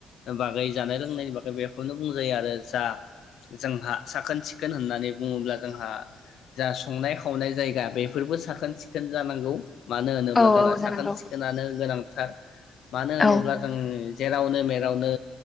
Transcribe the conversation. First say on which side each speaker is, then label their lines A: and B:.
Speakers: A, on the left; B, on the left.
A: बागै जानाय-लोंनायनि बागै बेखौनो बुंजायो आरो जा जोंहा साखोन-सिखोन होननानै बुङोब्ला जोंहा जा संनाय-खावनाय जायगा बेफोरबो साखोन-सिखोन जानांगौ। मानो होनोब्ला
B: औ
A: जोंहा
B: औ जानांगौ
A: साखोन सिखोनानो गोनांथार मानो होनोब्ला
B: औ
A: जों जेरावनो मेरावनो